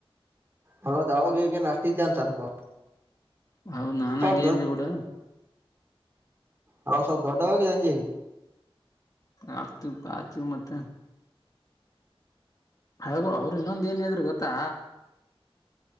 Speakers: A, on the right (about 25°); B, on the left (about 35°).
A: ಹತ್ ಅವಾಗ ಈಗೇನ್ ಅಷ್ಟ ಇದ್ದೆ ಅಂತ ಅನ್ಕೋ.
B: ಹೌದ ನಾ
A: ಸ್ವಲ್ಪ
B: ಹಂಗಂದ ಡ.
A: ಹಾ ಸ ದೊಡ್ಡವಗ ಈಗ.
B: ಆಗ್ತು ಕತು ಮತ್ತ. ಹೋ ಅವ್ರು ಇನ್ನೊಂದ ಏನ್ ಗೊತ್ತಾ.